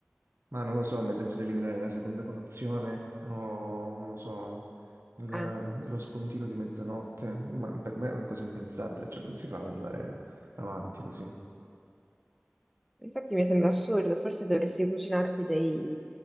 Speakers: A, on the right; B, in the centre.
A: Ma non lo so, mi ha detto di eliminare la seconda colazione o non lo so, il-
B: Ah,
A: lo spuntino di mezzanotte, ma per me è una cosa impensabile, cioè come si fa ad andare avanti così?
B: infatti mi sembra assurdo, forse dovresti cucinarti dei